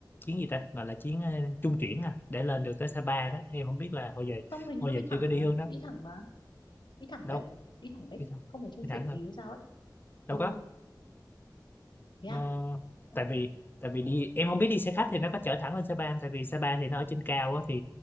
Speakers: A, on the left; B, on the left.
A: chuyến gì ta gọi là chuyến ờ, trung chuyển à để lên được tới Sapa đó em không biết là hồi giờ
B: không hình
A: hồi
B: như đi
A: giờ chưa
B: thẳng
A: có đi
B: mà
A: hướng đó
B: đi thẳng mà đi thẳng
A: đâu
B: đấy đi thẳng đấy
A: đi sao
B: không phải trung
A: đi
B: chuyển
A: thẳng thôi
B: gì hay sao ấy
A: đâu
B: ừ
A: có
B: thế à
A: ờ, tại vì tại vì đi em không biết đi xe khách thì nó có chở thẳng lên Sapa không? tại vì Sapa thì nó ở trên cao á, thì